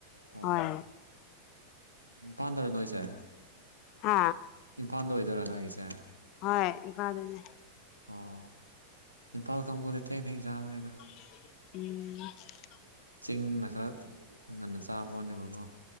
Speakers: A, on the right (about 85°); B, on the left (about 40°).
A: ꯑꯣ
B: ꯍꯣꯏ
A: ꯏꯝꯐꯥꯜꯗꯔ ꯅꯣꯏꯁꯦ
B: ꯍꯥ
A: ꯏꯝꯐꯥꯜꯗ ꯑꯣꯏꯗꯣꯏꯔꯥ ꯅꯣꯏꯒꯤꯁꯦ
B: ꯍꯣꯏ ꯏꯀꯥ ꯑꯗꯨꯅꯦ
A: ꯑꯣ ꯏꯝꯐꯥꯜ ꯀꯥꯡꯕꯨꯗꯤ ꯊꯦꯡ ꯊꯦꯡ ꯆꯥꯕꯅꯤꯅ
B: ꯎꯝ ꯎ <inaudible>
A: ꯆꯤꯡꯅ ꯈꯔ ꯉꯟꯅ ꯆꯥꯕ ꯄꯣꯠꯅꯦꯕꯀꯣ